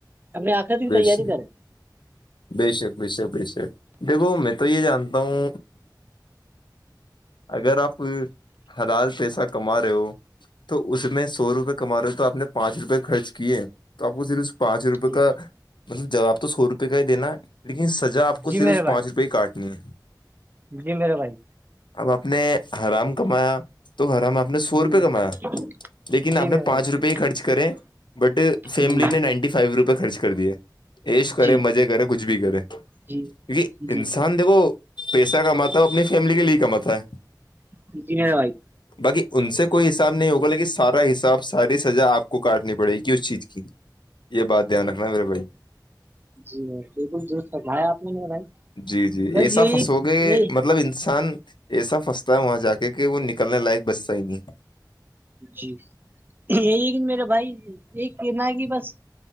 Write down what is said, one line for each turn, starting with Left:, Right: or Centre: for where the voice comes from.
Right: ہم نے آخر ت کی
Left: بے
Right: تیاری
Left: شک
Right: کرے
Left: بے شک بے شک بے شک دیکھو میں تو یہ جانتا ہوں اگر آپ حلال پیسہ کما رہے ہو تو اس میں سو روپئے کما رہے ہو تو آپ نے پانچ روپئے خرچ کیے توپ کو س پانچ روپئے
Right: جی
Left: کا مطلب جابپ تو سو روپئے کا ہی دینا ہے لیکن سزا آپ کو
Right: جی
Left: صرف
Right: میرے بھائی
Left: پانچ روپئے ہی کاٹنی ہے
Right: جی میرا بھائی
Left: اب آپ نے حرام کمایا تو حرام آپ نے سو
Right: جی
Left: روپے کمایا لیکن
Right: جی
Left: آپ
Right: میرے
Left: نے پانچ
Right: بھائی
Left: روپئے ہی خرچ کریں بٹ فیملی
Right: جی
Left: نے نائنٹی ف فائیو روپئے خرچ کر دیے ایش کریں
Right: جی
Left: مزے کریں کچھ بھی کریں کیونکہ
Right: جی
Left: انسان
Right: جی
Left: دیکو پیسہ کماتا ہے اپنی فیملی کے لیے کماتا ہے
Right: ج بھ
Left: باقی ان سے کوئی حساب نہیں ہوگا لیکن سارا حساب ساری سزا آپ کو کاٹنی پڑے گی اس چیز کی یہ بات دھیان رکھنا میرے بھائی
Right: جی س بالکل درست کرمایا آپ نے م بھائی
Left: جی جی
Right: بس
Left: ایسا
Right: یہی
Left: فسو گے
Right: یہ
Left: مطلب انسان ایسا پنستا ہے وہاں جا کے کہ وہ نکلنے لائق بچتا ہی نہیں ہے
Right: جی یہییکن میرا بھائی یہی کہنا ہے کہ بس